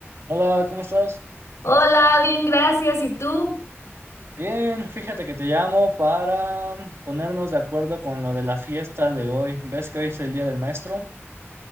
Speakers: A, on the right; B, on the left.
A: Hola, ¿cómo estás?
B: Hola, bien, gracias. ¿Y tú?
A: Bien, fíjate que te llamo para ponernos de acuerdo con lo de la fiesta de hoy. ¿Ves que hoy es el Día del Maestro?